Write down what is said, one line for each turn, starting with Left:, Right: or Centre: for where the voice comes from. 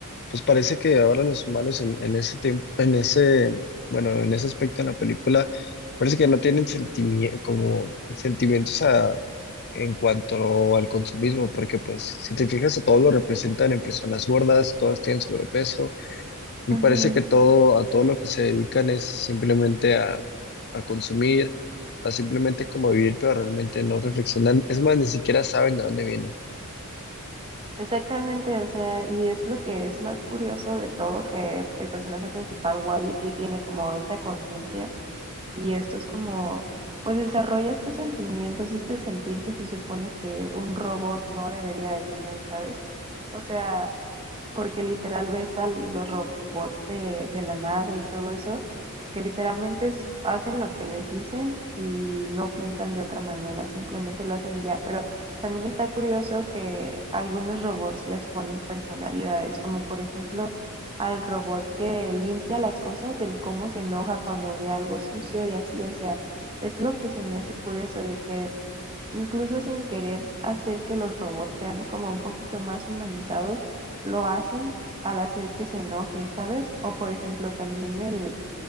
Left: pues parece que ahora los humanos en, en ese tiempo, en ese, bueno, en ese aspecto en la película, parece que no tienen sentimi- como sentimientos a- en cuanto al consumismo, porque pues si te fijas a todos lo representan en personas gordas, todas tienen sobrepeso y
Right: Ujú,
Left: parece que todo, a todo lo que se dedican es simplemente a, a consumir, a simplemente como vivir, pero realmente no reflexionan, es más, ni siquiera saben de dónde vienen.
Right: Exactamente, o sea, y es lo que es más curioso de todo, que el personaje principal, Wally, sí tiene como esta conciencia y esto es como, pues desarrolla estos sentimientos, este sentir que se supone que un robot no debería de tener, ¿sabes? O sea, porque literal ves a los robots de, de la nave y todo eso, que literalmente es- hacen lo que les dicen y no piensan de otra manera, simplemente lo hacen y ya. Pero también está curioso que algunos robots les ponen personalidades, como por ejemplo al robot que limpia las cosas, el cómo se enoja cuando ve algo sucio y así, o sea, es lo que se me hace curioso de que incluso sin querer hacer que los robots sean como un poquito más humanizados, lo hacen al hacer que se enoje, ¿sabes? O por ejemplo también el,